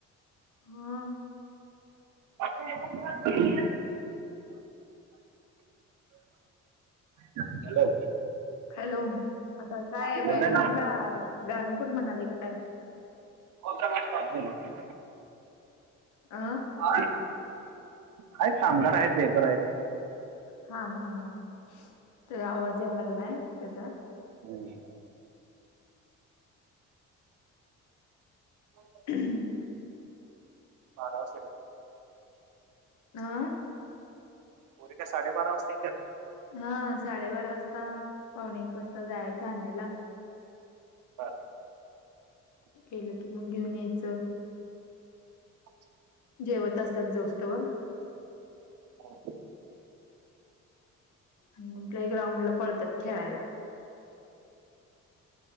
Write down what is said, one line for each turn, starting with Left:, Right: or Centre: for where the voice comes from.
Left: हा.
Right: कॉले <inaudible> हॅलो.
Left: हॅलो आता काय
Right: आहे
Left: बॅकग्राउंड
Right: ना
Left: ला गाण कोन म्हणाले का काय?
Right: होता पाज नाही.
Left: अ
Right: <inaudible> आहेत कामगार आहेत लेबर आहेत.
Left: हां हां हां ते आवाज याया लागलाय त्याचा.
Right: हम्म. हो.
Left: हम.
Right: बारा वर्ष
Left: आं?
Right: मोदि काय साडेबारा वाजता येत्यात?
Left: हा साडेबारा वाजता, पावणे एक वाजता, जायाच आणायला.
Right: <unintelligible>
Left: केलं की मग घेऊन यायचं.
Right: <inaudible>
Left: जेवत असतात, जोस्तोवर.
Right: काय म्हणते?
Left: आं म प्ले ग्राउंड ला पळतात, खेळायला.